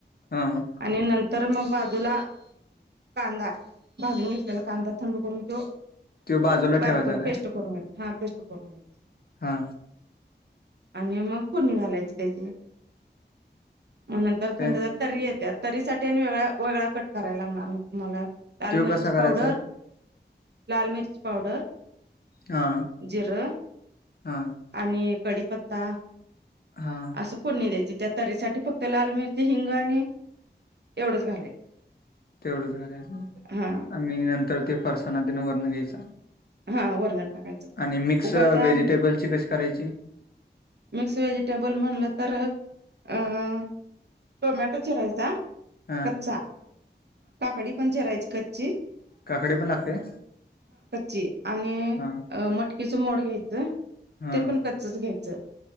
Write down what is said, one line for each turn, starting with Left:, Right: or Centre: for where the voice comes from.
Left: हा
Right: आणि न तर मग बाजूला कांदा भाजून घेतलेला कांदा थंड करून तो
Left: त्यो बाजूला ठेवायचा
Right: बारीक करून
Left: काय
Right: पेस्ट करून तो हा पेस्ट करून घ्यायचा.
Left: हा.
Right: आणि मग फोडणी घालायची त्याची मग नंतर
Left: ते
Right: थंड तरी येत्यात तरीसाठी आणि वेगळा वेगळा कट करावा लागणार मग तुम्हाला. लाल
Left: त्यो
Right: मिर्ची
Left: कसा
Right: पावडर,
Left: करायचा
Right: लाल मिर्ची पावडर,
Left: हा
Right: जिरं
Left: हा
Right: आणि कडीपत्ता.
Left: हा
Right: असं फोडणी द्यायची त्या तरीसाठी फक्त लाल मिरची हिंग. आणि एवढंच घालायचं.
Left: तेवढंच घालायचं
Right: हा
Left: आणि नंतर ते फरसानान वरण घ्यायच.
Right: हा वरण टाकायचं
Left: आणि मिक्स
Right: उकळत्या
Left: व्हेजिटेबलची
Right: आम
Left: करायची?
Right: मिक्स व्हेजिटेबल म्हणलं तर अ अ टोमॅटो चिरायचा.
Left: हा
Right: कच्चा काकडी पण चिरायची कच्ची
Left: काकडी पण लागते?
Right: जी आणि
Left: हा
Right: मटकीचं मोड घ्यायचं.
Left: हा
Right: ते पण कच्चच घ्यायचं